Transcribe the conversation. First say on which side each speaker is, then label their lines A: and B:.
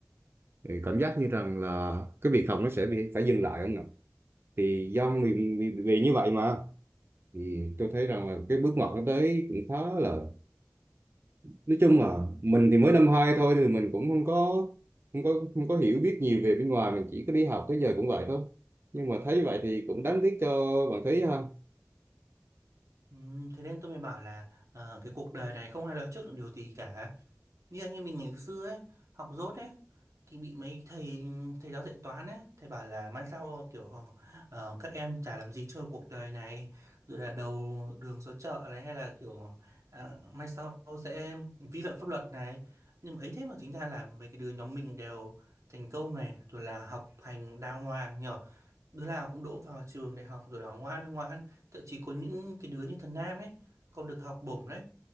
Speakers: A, on the right; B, on the right.
A: thì cảm giác như rằng là cái việc học nó sẽ bị phải dừng lại không nào thì do vì, vì, vì như vậy mà thì tôi thấy rằng là cái bước ngoặt nó tới cũng khá là nói chung là mình thì mới năm hai thôi thì mình cũng không có không có không có hiểu biết nhiều về bên ngoài mình chỉ có đi học tới giờ cũng vậy thôi nhưng mà thấy vậy thì cũng đáng tiếc cho bạn Thúy ha
B: Ừm, thế nên tôi mới bảo là ờ, cái cuộc đời này không ai nói trước được điều gì cả như anh em mình ngày xưa ấy học dốt ấy thì bị mấy thầy thầy giáo dạy toán ấy thầy bảo là mai sau kiểu ờ, các em chả làm gì chơi cuộc đời này rồi là đầu đường xó chợ này hay là kiểu à, mai sau sẽ vi phạm pháp luật này nhưng mà ấy thế mà chính ra là mấy cái đứa nhóm mình đều thành công này rồi là học hành đàng hoàng nhở đứa nào cũng đỗ vào trường đại học rồi là ngoan ngoãn thậm chí có những cái đứa như thần Nam ấy còn được học bổng đấy